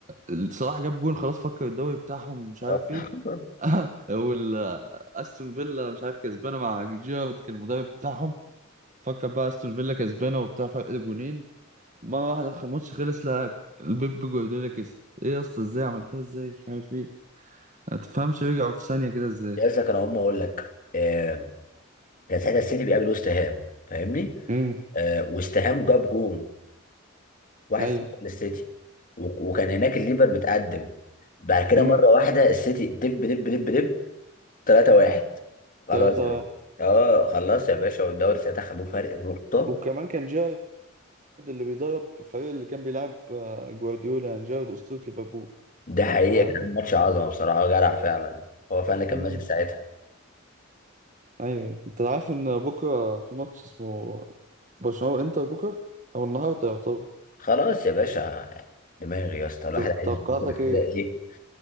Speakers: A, on the right; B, on the left.
A: ال- صلاح جاب جون خلاص فكر الدوري بتاعهم ومش عارف
B: آه.
A: ايه
B: <laughs>
A: <laughs> وال استون فيلا مش عارف كسبانه مع جيرارد كان المدرب بتاعهم فكر بقى استون فيلا كسبانه وبتاع فرق جونين مره واحده الماتش خلص لا البيب جوارديولا كسب ايه يا اسطى ازاي عملتها ازاي مش عارف ايه هتفهمش رجعوا في ثانية كده ازاي
B: لسه كان هم اقول لك آه كان ساعتها السيتي بيقابل وست هام فاهمني
A: امم
B: آه وست هام جاب جون 1-0
A: ايوه
B: للسيتي و- وكان هناك الليفر متقدم بعد كده
A: امم
B: مره واحده السيتي دب دب دب دب 3-1 خلاص
A: 3
B: يا باشا
A: واحد
B: اه خلاص يا باشا والدوري ساعتها خدوه فرق نقطه
A: وكمان كان جيرارد اللي بيدرب الفريق اللي كان بيلعب آه، جوارديولا يعني جيرارد أسطورة ليفربول
B: ده حقيقة
A: ف
B: كان ماتش عظمة بصراحة جدع فعلا هو فعلا اللي كان
A: امم
B: ماسك ساعتها
A: ايوه انت عارف ان بكره في ماتش اسمه برشلونة وانتر بكره او النهارده يعتبر
B: خلاص يا باشا دماغي يا اسطى الواحد
A: ت-
B: عايز
A: توقعاتك
B: بكرة
A: ايه
B: كده ايه